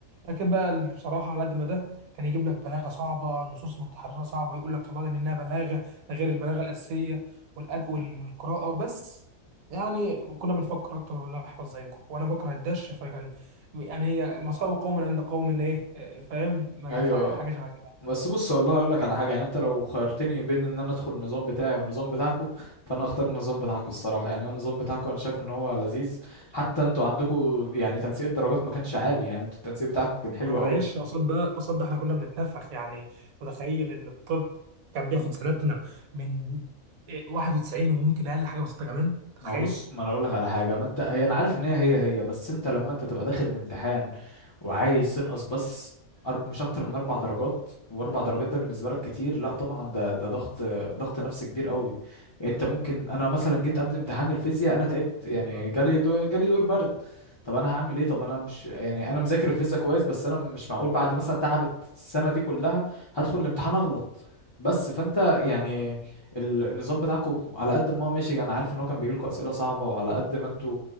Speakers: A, on the right (about 80°); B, on the left (about 40°).
A: لكن بقى بصراحه على قد ما ده كان يجيب لك بلاغه صعبه نصوص متحرره صعبه يقول لك طلع لي منها بلاغه ده غير البلاغه الاساسيه والأد والقراءه بس يعني كنا بنفكر اكتر من نحفظ زيكم وانا بكره الدش فكان يعني هي مصائب قوم عند قوم ان ايه آه، فاهم منافع
B: ايوه
A: حاجه شبه
B: بس بص والله اقول لك على حاجه يعني انت لو خيرتني بين ان انا ادخل النظام بتاعي والنظام بتاعكو فانا اختار النظام بتاعكو الصراحه يعني انا النظام بتاعكو انا شايف ان هو لذيذ حتى انتوا عندكم يعني تنسيق الدرجات ما كانش عالي يعني انتوا التنسيق بتاعكو كان حلو
A: ما معلش
B: قوي
A: قصاد ده قصاد ده احنا كنا بنتنفخ يعني متخيل ان الطب كان بياخد سنتنا من إيه 91 وممكن اقل حاجه بسيطه كمان تتخيل
B: ما هو بص ما انا اقول لك على حاجه ما انت هي انا عارف ان هي هي هي بس انت لما انت تبقى داخل الامتحان وعايز تنقص بس أرب... مش اكتر من اربع درجات واربع درجات ده بالنسبه لك كتير لا طبعا ده ده ضغط ضغط نفسي كبير قوي انت ممكن انا مثلا جيت قبل امتحان الفيزياء انا تعبت يعني
A: جداً.
B: جالي دو... جالي دور برد طب انا هعمل ايه طب انا مش يعني انا مذاكر الفيزياء كويس بس انا مش معقول بعد مثلا تعبت السنه دي كلها هدخل الامتحان اغلط بس فانت يعني
A: ايوه فاهم
B: ال- النظام بتاعكم على قد ما هو ماشي انا عارف ان هو كان بيجي لكم اسئله صعبه وعلى قد ما انتوا